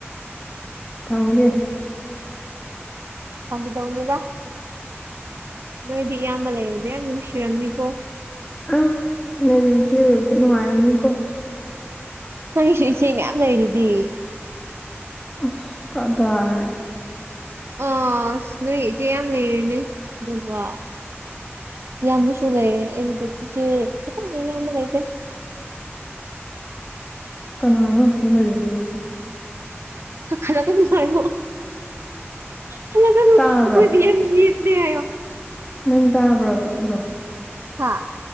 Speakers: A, on the left; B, on the right.
A: ꯊꯝꯒꯦ꯫
B: ꯐꯥꯒꯤ ꯇꯧꯅꯤꯗ ꯅꯣꯏꯗꯤ ꯏꯌꯥꯝꯕ ꯂꯩꯕꯗꯣ ꯌꯥꯝ ꯅꯨꯡꯁꯤꯔꯝꯅꯤꯀꯣ꯫
A: ꯑꯪ ꯅꯣꯏꯁꯨ ꯏꯆꯦ ꯂꯩꯕꯗꯨ ꯅꯨꯡꯉꯥꯏꯔꯝꯅꯤꯀꯣ꯫
B: ꯅꯪꯒꯤꯁꯨ ꯏꯆꯦ ꯃꯌꯥꯝ ꯂꯩꯗꯨꯗꯤ꯫
A: ꯑꯁ ꯀꯗꯥꯥꯏ꯫
B: ꯑꯁ ꯅꯣꯏ ꯏꯆꯦ ꯌꯥꯝ ꯂꯩꯔꯦꯅꯦ ꯑꯗꯨꯒ꯫ ꯌꯥꯝꯅꯁꯨ ꯂꯩꯌꯦ ꯑꯩꯒꯤꯗꯤ ꯏꯆꯦ ꯈꯤꯇꯪ ꯢꯌꯝꯕ ꯂꯩꯇꯦ꯫
A: ꯀꯅꯥꯅꯣ ꯍꯛꯊꯤ ꯈꯜꯂꯤꯗꯨꯕꯨ꯫
B: ꯈꯜꯂꯛꯀꯅꯨ ꯍꯥꯏꯃꯣ ꯈꯜꯂꯛꯀꯅꯨ
A: ꯇꯥꯕ꯭ꯔꯥ
B: ꯑꯩꯈꯣꯏꯗꯤ ꯌꯥꯝ ꯌꯦꯠ꯫ <unintelligible> ꯍꯥꯏꯌꯣ꯫
A: ꯅꯪ ꯇꯥꯕ꯭ꯔꯕ ꯑꯗꯣ꯫
B: ꯍꯥꯥ꯫